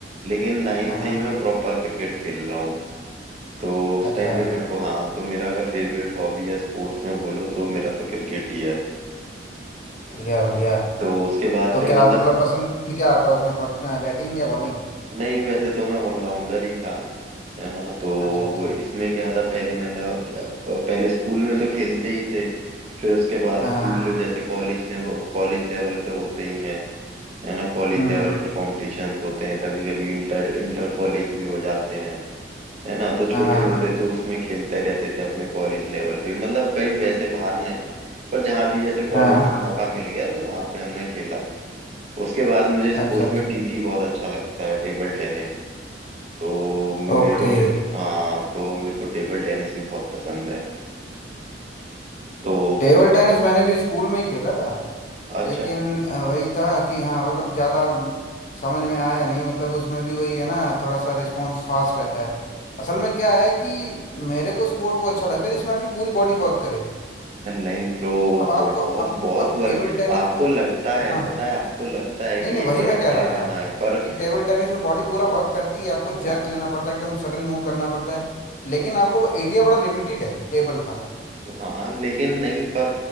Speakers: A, on the right; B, on the left.
A: लेकिन नाइन
B: हाँ
A: से
B: हाँ
A: ही मैं प्रॉपर क्रिकेट खेल रहा हूँ तो उस
B: अच्छा
A: टाइम पे मेरे को हाँ तो मेरा अगर फेवरेट हॉबी या स्पोर्ट्स में बोलो तो मेरा तो क्रिकेट ही है
B: बढ़िया बढ़िया
A: तो उसके बाद
B: तो
A: फिर
B: क्या
A: मतलब
B: मतलब पसंद क्या आता है उसमें बैटिंग या बॉलिंग
A: नहीं वैसे तो मैं ऑलराउंडर ही था है ना तो
B: अच्छा अच्छा
A: वो इसमें क्या था पहले मतलब जब- पहले स्कूल में तो खेलते ही थे फिर उसके बाद
B: हाँ
A: स्कूल
B: हाँ
A: जैसे कॉलेज लेवल कॉलेज लेवल पे होते ही हैं है ना कॉलेज
B: हम्म
A: लेवल पर कॉम्पिटिशन्स होते हैं कभी कभी इंटर इंटर कॉलेज भी हो जाते हैं है ना तो
B: हाँ
A: छोटे मोटे तो उसमें खेलते रहते थे अपने कॉलेज लेवल पे मतलब कहीं वैसे बाहर नहीं पर जहाँ भी जैसे
B: हाँ
A: कॉलेज में मौका मिल गया तो वहाँ पे हमने खेला उसके बाद मुझे स्पोर्ट्स
B: अच्छा अच्छा
A: में टीटी बहुत अच्छा लगता है टेबल टेनिस तो मैं-
B: ओके
A: मेरे को हाँ टे- हाँ तो मेरे को टेबल टेनिस भी बहुत पसंद है तो
B: टेबल
A: फिर-
B: टेनिस मैंने भी स्कूल में ही खेला था
A: अच्छा
B: लेकिन अ, वही था कि हाँ मतलब ज़्यादा समझ में आया नहीं मतलब उसमें भी वही है ना थोड़ा सा रिस्पॉन्स फास्ट रहता है असल में क्या है कि मेरे को स्पोर्ट वो अच्छा लगता है जिसमें आपकी पूरी बॉडी वर्क करे
A: नहीं ब्रो
B: अब आपको
A: वो बहुत
B: अब
A: बहुत
B: अब
A: वर्क
B: टेबल टेनिस
A: आपको
B: में
A: लगता है
B: हाँ
A: पता है आपको लगता है
B: नहीं
A: कि
B: नहीं
A: एक
B: वही
A: जगह
B: मैं कह
A: खड़े
B: रहा
A: रहना
B: था
A: है पर
B: कि टेबल टेनिस में बॉडी पूरा वर्क करती है आपको
A: हाँ
B: जर्क लेना पड़ता है एकदम सडन मूव करना पड़ता है लेकिन आपको वो एरिया बड़ा लिमिटेड है टेबल का
A: हाँ हाँ, लेकिन नहीं पर